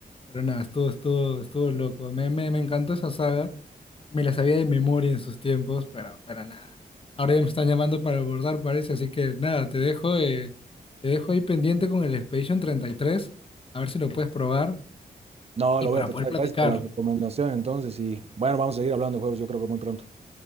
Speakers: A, on the left; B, on the right.
A: Pero nada, estuvo, estuvo, estuvo loco. Me, me, me encantó esa saga. Me la sabía de memoria en sus tiempos, pero, pero nada. Ahora ya me están llamando para abordar, parece. Así que nada, te dejo, eh, te dejo ahí pendiente con el Expedition treinta y tres A ver si lo puedes probar
B: No,
A: y
B: lo
A: para
B: voy a tratar.
A: poder platicar.
B: Gracias por la recomendación. Entonces, y bueno, vamos a seguir hablando de juegos, yo creo que muy pronto.